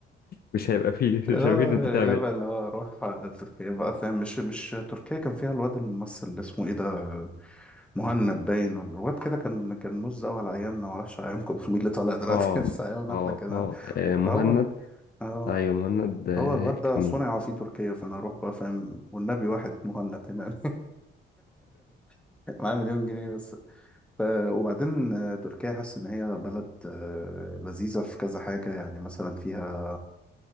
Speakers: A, on the left; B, in the centre.
A: مش هيبقى فيه <laughs>
B: اه
A: مش هيبقى فيه إن انت تعمل
B: غالبا اه اروح تركيا بقى فاهم مش مش تركيا كان فيها الواد الممثل اللي اسمه ايه ده مهند باين ولا الواد كده كان كان مش قوي على ايامنا معرفش ايامكم انتوا مين اللي طالع دلوقتي
A: اه
B: <laughs> بس ايامنا
A: اه
B: احنا كان
A: اه آه، مهند
B: فهو اه
A: ايوه مهند آه،
B: هو الواد ده
A: كان
B: صنع في تركيا فانا اروح بقى فاهم والنبي واحد مهند هنا <laughs> معاه مليون جنيه بس ف... وبعدين آه، تركيا حاسس ان هي بلد آه، لذيذة في كذا حاجة يعني مثلا فيها